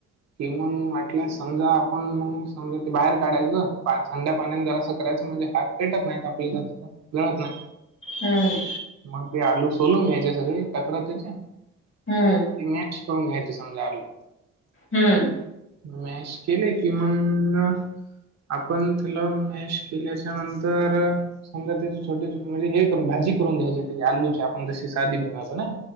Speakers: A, on the right; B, on the left.
A: कि मग म्हटल्या समजा आपण मग समजा ते बाहेर काढायचं. पा स थंड्या पाण्याने जरासं करायचं म्हणजे हात पेटत नाहीत आपली जास्त जळत नाहीत.
B: हम्म.
A: मग ते आलू सोलून घ्यायचे सगळे <unintelligible> त्याच्या
B: हम्म.
A: ती मॅच करून घ्यायच सांगाय आलो.
B: हम्म.
A: मॅश केले की मंग आपण त्याला मॅश केल्याच्या नंतर समजा त्याची छोटी म्हणजे हे करुन भाजी करून घ्यायची तेजी आलूची. आपण जशी साधी बनवतो नाई.